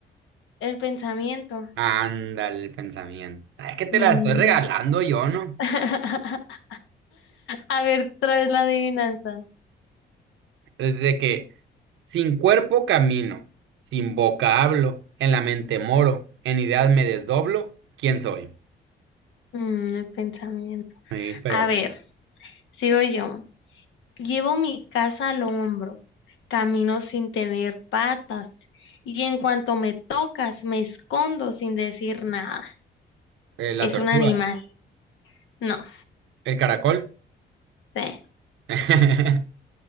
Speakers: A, on the left; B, on the right.
A: el pensamiento.
B: Anda el pensamiento. Ah, Es que te
A: Mm.
B: la estoy regalando yo, ¿no?
A: <laughs> A ver, traes la adivinanza.
B: Desde que sin cuerpo camino, sin boca hablo, en la mente moro, en ideas me desdoblo, ¿quién soy?
A: Mm, el pensamiento.
B: Sí, pero
A: A ver,
B: pues,
A: sigo yo. Llevo mi casa al hombro, camino sin tener patas, y en cuanto me tocas, me escondo sin decir nada.
B: eh, la
A: Es
B: tortuga,
A: un animal. No,
B: el caracol.
A: sé.
B: <laughs>